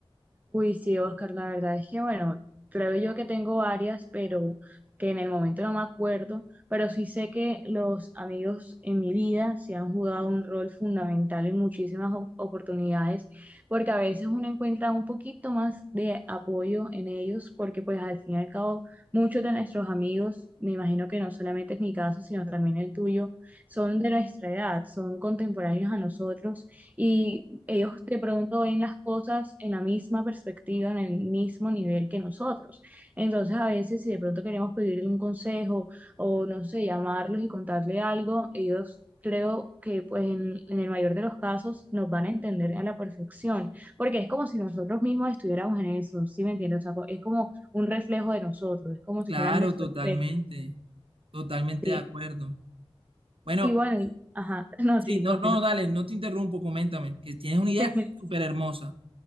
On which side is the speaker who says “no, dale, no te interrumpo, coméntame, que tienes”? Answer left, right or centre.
Right